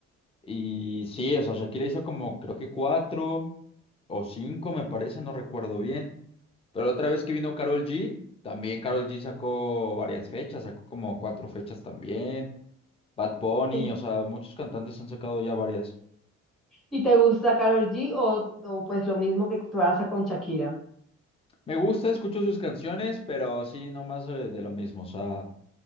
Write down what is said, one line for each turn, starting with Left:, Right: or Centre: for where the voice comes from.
Left: Y sí, o sea, Shakira hizo como creo que cuatro o cinco, me parece, no recuerdo bien. Pero la otra vez que vino Karol G, también Karol G sacó varias fechas, sacó como cuatro fechas también. Bad Bunny,
Centre: ¿y,
Left: o sea, muchos cantantes han sacado ya varias.
Centre: y te gusta Karol G o, o pues lo mismo que pasa con Shakira?
Left: Me gusta, escucho sus canciones, pero sí, no más eh, de, lo mismo. O sea,